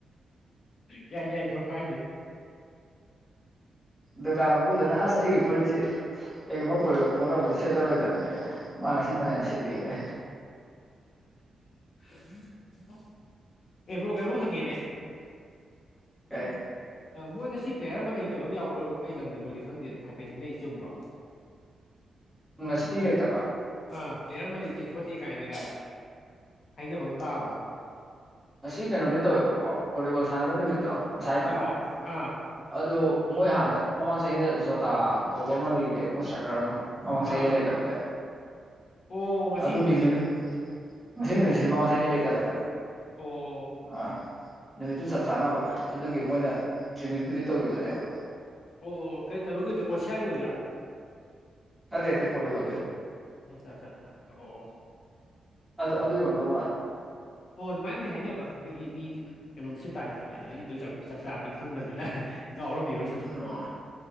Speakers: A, on the left; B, in the centre.
A: ꯌꯥ ꯌꯥꯏ ꯕ꯭ꯔ‌ꯣ ꯀꯥꯏꯗꯦ
B: ꯗꯨꯀꯥꯟ ꯃꯄꯨꯨꯗꯅ ꯑꯁ ꯑꯩꯒꯤ ꯐꯨꯔꯤꯠꯁꯤ ꯀꯩꯒꯨꯝꯕ ꯄꯣꯔꯇꯨꯒꯜ ꯄꯣꯔꯝꯃꯗꯤ ꯁꯤꯠꯂꯔꯣꯏꯗꯕꯅꯦꯅ ꯃꯥ ꯉꯁꯤ ꯐꯅꯌꯥꯝ ꯁꯤꯠꯂꯤꯌꯦꯅ
A: <inaudible> ꯑꯦꯕ꯭ꯔꯣ ꯀꯩꯅꯣ ꯍꯪꯒꯦꯅꯦ
B: ꯑꯦ
A: ꯃꯣꯏ ꯉꯁꯤ ꯄ꯭ꯂꯦꯌꯔ ꯑꯃ ꯂꯩꯇꯕ ꯑꯃ ꯌꯥꯎꯕ꯭ꯔꯣ ꯑꯗꯨ ꯀꯩ ꯂꯝꯒꯤꯅꯣꯗꯤ ꯈꯪꯗꯦ ꯑꯗꯨꯣ ꯍꯥꯏꯐꯦꯠ ꯈꯪꯅꯩ ꯆꯨꯝꯕ꯭ꯔꯣ
B: ꯉꯁꯄꯤꯤ ꯂꯩꯇꯕ
A: ꯑ ꯄ꯭ꯂꯦꯌꯔ ꯑꯃ ꯂꯩꯇꯦ ꯈꯣꯠꯇꯦ ꯀꯥꯏꯅꯒ ꯍꯥꯏꯅꯕ ꯇꯥꯕ
B: ꯑꯁꯤ ꯀꯩꯅꯣꯗꯤ ꯇꯧꯋꯦꯕꯀꯣ ꯄꯣꯔꯇꯨꯒꯣꯜ ꯁꯥꯟꯅꯕ ꯅꯨꯃꯤꯠꯇꯣ ꯉꯁꯥꯏꯗꯣ
A: ꯑꯥ ꯑꯥ
B: ꯑꯗꯣ ꯃꯣꯏ ꯍꯥꯟꯅ ꯃꯃꯥꯡ ꯆꯍꯤꯗ ꯖꯣꯇꯥ ꯀꯧꯕ ꯑꯃ ꯂꯩꯈꯤꯗꯦꯕ ꯃꯁꯛ ꯈꯔ ꯑꯃ ꯃꯃꯥꯡ ꯆꯍꯤꯗ
A: ꯑꯥ
B: ꯂꯩꯇꯕꯅꯦꯕ
A: ꯑꯣ ꯉꯁꯤ
B: ꯑꯗꯨꯒꯤ
A: ꯅꯨꯃꯤꯠꯁꯦ
B: ꯅꯨꯃꯤꯠ ꯉ ꯅꯨꯃꯤꯠ ꯁꯤꯗ ꯃꯃꯥꯡ ꯁꯩꯗ ꯂꯩꯇꯕꯅꯦꯕ
A: ꯑꯣ
B: ꯑꯥ ꯅꯨꯃꯤꯠꯇꯨ ꯆꯞ ꯆꯥꯅꯕ ꯑꯗꯨꯒꯤ ꯃꯣꯏꯅ ꯇ꯭ꯔꯤꯕꯨꯠꯄꯨꯗꯤ ꯇꯧꯈꯤꯕꯅꯦꯕ
A: ꯑꯣ ꯀꯩ ꯀꯩꯅꯣꯒꯤ ꯑꯣꯏꯗꯣꯏꯔꯥ ꯀꯣꯁꯤꯌꯥꯒꯤ ꯑꯣꯏꯗꯣꯏꯔꯥ
B: ꯑꯇꯩꯦꯠꯇ ꯐꯣꯇꯣꯒꯒꯔꯦ
A: ꯑꯆꯥ ꯑꯠꯆꯥ ꯑꯆꯥ ꯑꯣ
B: ꯑꯗꯨ ꯑꯗꯨ ꯌꯣꯟꯗꯧ ꯃꯥꯜꯂꯦ
A: ꯑꯣ ꯑꯗꯨꯃꯥꯏꯅꯗꯤ ꯍꯥꯏꯅꯕ ꯃꯣꯏꯒꯤ ꯃꯤ ꯀꯩꯅꯣꯝ ꯁꯤ ꯇꯥꯏ ꯈꯣꯠꯂꯤꯦꯅ ꯑꯩꯗ ꯆꯞ ꯆꯥꯕꯗꯤ ꯈꯪꯗꯕꯅꯤꯅ ꯉꯥꯎꯔꯝꯃꯤꯕ ꯁꯨꯝ
B: ꯑꯣ